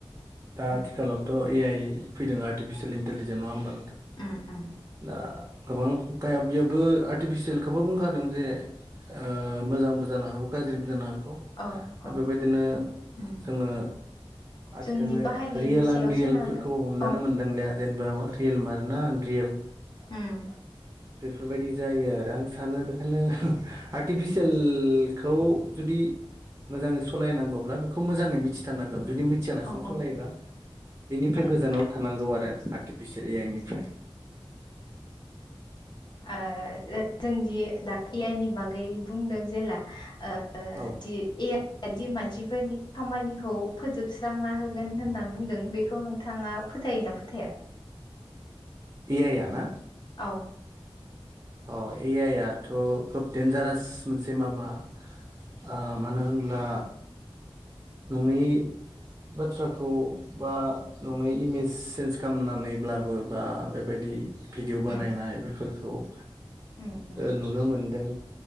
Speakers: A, on the right (about 30°); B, on the left (about 50°).
A: दा
B: उम
A: आथिखालावथ' ए आइ फैदों आर्टिफिसियेल इन्टेलिजेन नङा होमबा?
B: उम उम
A: दा गोबां गाया बिबो आर्टिफिसियेलखौबो बुंखादों जे ओ मोजांबो जानो हागौ गाज्रिबो जानो हागौ
B: औ
A: दा
B: औ
A: बेबायदिनो
B: उम
A: जोङो आथिखाल
B: जोंनि
A: बे
B: बाहायनायनि
A: रियेल
B: सायाव
A: आनरियेलफोरखौ
B: सोनारगोन
A: हमनानै
B: औ
A: मोनदांलिया जेनेबा रियेल मारना आन रियेल
B: ओम।
A: बेफोरबायदि जायो आरो आं सानो बेखायनो आर्टिफिसियेलखौ जुदि मोजाङै सलायनांगौब्ला बेखौ मोजाङै मिथिथारनांगौ जुदि मिथियालासिनो
B: औ औ
A: सलायोब्ला बेनिफ्राय
B: ओ
A: गोजानाव
B: ओ
A: थानांगौ आरो आर्टिफिसियेल ए आइ निफ्राय।
B: आ जोंदि दा ए आइ नि बागै बुंदों जेला ओ
A: औ
B: दि ए आइ दि मानसिफोरनि खामानिखौ फोजोब सुस्रांना होगोन होननानै बुंदों बेखौ नोंथाङा फोथायोना फोथाया?
A: ए आइ या ना?
B: औ।
A: अ ए आइआथ' खोब दडेनजारास मोनसे माबा ओ मानो होनब्ला नङि बाथ्राखौ बा नङै इमेज सेन्स खालामनानैब्लाबो बा बेबायदि भिडिअ' बानायनाय
B: उम
A: बेफोरखौ ओ
B: उम उम
A: नुनो मोनदों।